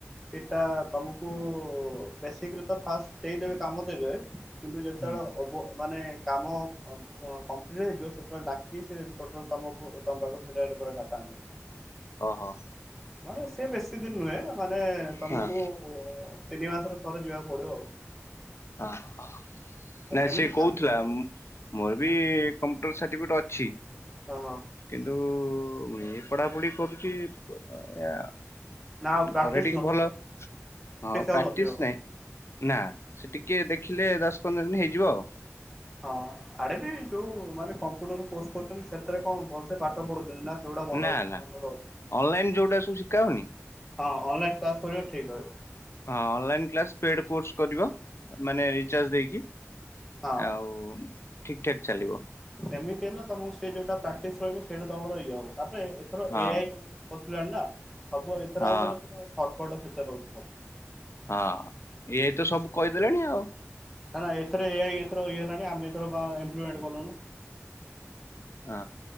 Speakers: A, in the centre; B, on the left (about 60°).
A: ସେଇଟା ତମକୁ ବେଶିକରୁ ତ ଫାଷ୍ଟ ଦେଇଦେବେ କାମ ଦେଇଦେବେ। କିନ୍ତୁ ଯେତେବେଳେ
B: ହୁଁ
A: ଅବ ମାନେ କାମ ଅ କ କଂପ୍ଲିଟ୍ ହେଇଯିବ ସେତେବେଳେ ଡାକି ସେ ଟୋଟାଲ ତମକୁ ତମ ପାଖରୁ ପୁରା ଡାଟା ନବ।
B: ଓହୋ।
A: ମାନେ ସେ ବେଶୀ ଦିନି ନୁହେଁ ମାନେ ତମକୁ
B: ହଁ
A: ଉ ତିନି ମାସରେ ଥରେ ଯିବାକୁ ପଡିବ ଆଉ।
B: ଓହୋ, ନାଇ
A: ସେମିତି
B: ସେ କହୁଥିଲା।
A: ଚା
B: ମୋର ବି
A: ହଁ
B: କମ୍ପ୍ୟୁଟର ସାର୍ଟିଫିକେଟ୍ ଅଛି।
A: ଓହୋ।
B: କିନ୍ତୁ ଏ ପଢାପଢି କରୁଛି ପ ଏଇଆ ଆଉ।
A: ନା ଆଉ ପ୍ରାକ୍ଟିସ
B: ଘରେ ଟିକେ
A: ନଥିବ
B: ଭଲ ହଁ ପ୍ରାକ୍ଟିସ
A: ଆଉ ନଥିବ।
B: ନାଇଁ। ନା ସେ ଟିକେ ଦେଖିଲେ ଦଶ ପନ୍ଦର ଦିନି ହେଇଯିବ ଆଉ।
A: ହଁ ଆଡେ ବି ଯୋଉ ମାନେ କମ୍ପୁଟର କୋର୍ସ କରୁଛନ୍ତି ସେଥିରେ କଣ ଭଲସେ ପାଠ ପଢୁଛନ୍ତି। ନା ସେଗୁଡା ମନ
B: ନା ନା
A: ମନେ ରହୁଛି
B: ଅନଲାଇନ୍ ଯଉଟା ସବୁ ଶିଖାହଉନି?
A: ହଁ ଅନଲାଇନ୍ କ୍ଲାସ୍ କରିବ ଠିକ୍ ରହିବ।
B: ହଁ ଅନଲାଇ କ୍ଲାସ ପେଡ୍ କୋର୍ସ କରିବ ମାନେ ରିଚାର୍ଜ ଦେଇକି।
A: ହଁ।
B: ଆଉ ଠିକ ଠାକ
A: <unintelligible>
B: ଚାଲିବ
A: ସେମିତି ହେଲେ ତମକୁ ସେ ଯୋଉଟା ପ୍ରାକ୍ଟିସ ରହିବ ସେଇଟା ତମର ଇଏ ହବ। ତାପରେ ଏଥର
B: ହଁ
A: ଏଆଇ ପଶିଲାଣି ନା ସବୁ ଏଥିରେ
B: ହଁ
A: ଆଉ ମାନେ ପୁରା ସର୍ଟକଟ ସେତାରେ ରହୁଛି ସବୁ।
B: ହଁ, ଏଆଇ ତ ସବୁ କହିଦେଲାଣି ଆଉ।
A: ନା ନା ଏଥିରେ ଏଆଇ ଏଥରେ ଇଏ ହେଲାଣି ଆମେ ଏଥର ଇମ୍ପ୍ଲିମେଣ୍ଟ୍ କଲୁଣୁ।
B: ହଁ।